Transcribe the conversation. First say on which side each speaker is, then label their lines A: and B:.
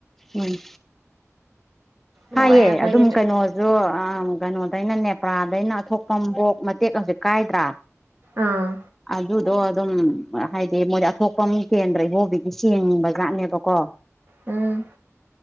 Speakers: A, in the centre; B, on the right (about 40°).
A: ꯎꯝ ꯍꯑꯦ
B: ꯂꯣꯏꯔꯦ ꯑꯩꯈꯣꯏꯒꯤꯗꯤ
A: ꯑꯗꯨꯝ ꯀꯩꯅꯣꯁꯨ ꯑ ꯀꯩꯅꯣ ꯑꯩꯅ ꯅꯦꯄ꯭ꯔꯥꯗꯩꯅ ꯑꯊꯣꯛꯄꯕꯣꯛ ꯃꯇꯦꯛ ꯍꯧꯖꯤꯛ ꯀꯥꯏꯗ꯭ꯔꯥ
B: ꯑꯥ
A: ꯑꯗꯨꯗꯣ ꯑꯗꯨꯝ ꯍꯥꯏꯗꯤ ꯃꯣꯏꯗꯤ ꯑꯊꯣꯄ ꯀꯦꯟꯗ꯭ꯔ ꯏꯕꯣꯕꯤꯒꯤ ꯆꯦꯡꯕ ꯠꯅꯦꯕꯀꯣ
B: ꯎꯝ